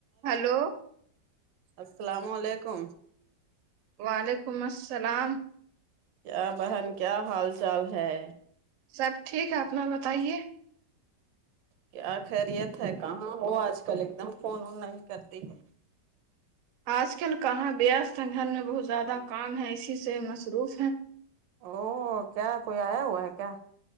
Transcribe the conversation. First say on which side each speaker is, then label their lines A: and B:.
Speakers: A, on the right; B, on the right.
A: hello
B: السلام علیکم
A: وعلیکم السلام
B: کیا بہن کیا حال چال ہے
A: سب ٹھیک ہے اپنا بتائیے
B: کیا خیریت ہے کہاں ہو آج کل ایک دم فون اون نہیں کرتی ہے
A: آج کل کہاں بیاستھ ہے گھر میں بہت زیادہ کام ہے اسی سے مصروف ہیں
B: او کیا کوئی آیا ہوا ہے کیا